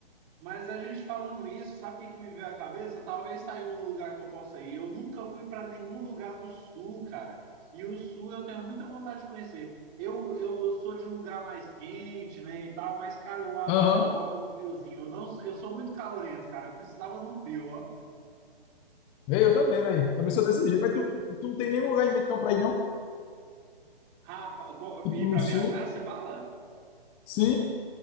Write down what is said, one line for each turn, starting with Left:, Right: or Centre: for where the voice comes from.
Right: mas a gente falando isso, sabe o que, que me veio à cabeça? Talvez tá aí um lugar que eu possa ir. Eu nunca fui para nenhum lugar do sul, cara. E o sul eu tenho muita vontade de conhecer. Eu, eu sou de um lugar mais quente, né, e tal, mas, cara, eu adoro
Left: Aham.
Right: um friozinho. Eu, não, eu sou muito calorento, cara. Eu precisava num frio, ó.
Left: Véi, Eu também, velho. Também sou desse jeito. Mas tu, tu não tem nenhum lugar em mente não pra ir, não?
Right: Rapaz, co-
Left: Tipo
Right: e
Left: no
Right: para
Left: sul?
Right: viajar, você fala?
Left: Sim?